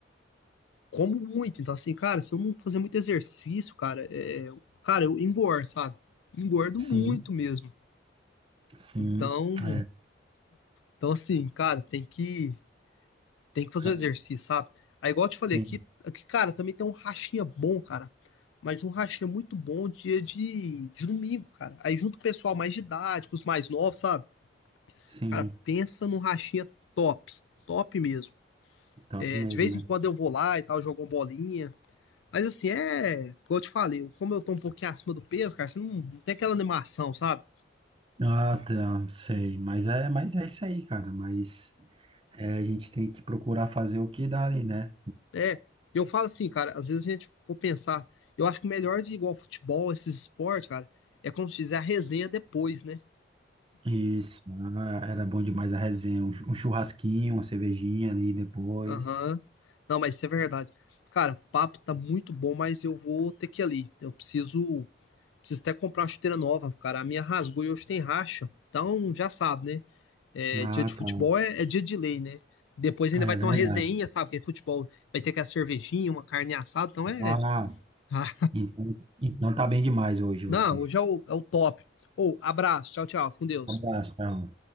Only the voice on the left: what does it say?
como muito. Então assim, cara, se eu não fazer muito exercício, cara, é, cara, eu engordo, sabe? Engordo
muito mesmo.
Então,
então assim, cara, tem que Tem que fazer
o exercício, sabe? Aí, igual eu te falei,
aqui, aqui, cara, também tem um rachinha bom, cara. Mas um rachinha muito bom dia de, de domingo, cara. Aí junto o pessoal mais de idade, com os mais novos, sabe?
Cara, pensa num rachinha top. Top mesmo.
É,
de vez
em quando eu vou lá e tal, jogo uma bolinha. Mas assim, é. Igual eu te falei, eu- como eu tô um pouquinho acima do peso, cara, você não, não tem aquela animação, sabe?
É. Eu falo assim, cara, às vezes a gente for pensar, eu acho que o melhor de igual futebol, esses esportes, cara, é como se fizer a resenha depois, né?
Aham. Não, mas isso é verdade. Cara, o papo tá muito bom, mas eu vou ter que ir ali. Eu preciso, preciso até comprar uma chuteira nova, cara. A minha rasgou e hoje tem racha. Então, já sabe, né? É,
dia de futebol
é, é dia de lei, né? Depois ainda
vai ter
uma resenha, sabe? Porque futebol vai ter que a cervejinha, uma carne assada, então é.
Ah,
não, hoje é o, é o top. Ô, abraço, tchau, tchau, fica com Deus.